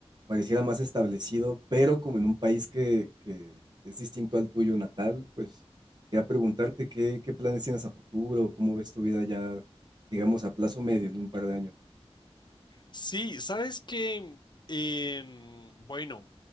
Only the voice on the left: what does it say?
Sí, sabes que, em, bueno,